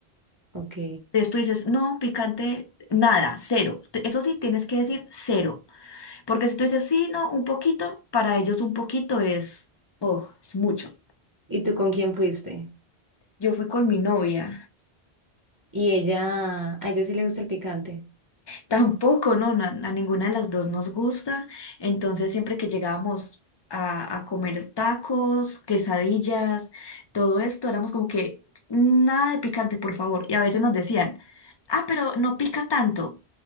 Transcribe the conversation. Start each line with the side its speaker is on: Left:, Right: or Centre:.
Right: Ok.
Left: Entonces tú dices, no, picante, nada, cero. Te- Eso sí, tienes que decir cero, porque si tú dices, sí, no, un poquito, para ellos un poquito es, oh, es mucho.
Right: ¿Y tú con quién fuiste?
Left: Yo fui con mi novia.
Right: Y ella, a ella sí le gusta el picante.
Left: Tampoco, no, na- a, ninguna de las dos nos gusta. Entonces, siempre que llegábamos a, a comer tacos, quesadillas, todo esto, éramos como que nada de picante, por favor. Y a veces nos decían, ah, pero no pica tanto.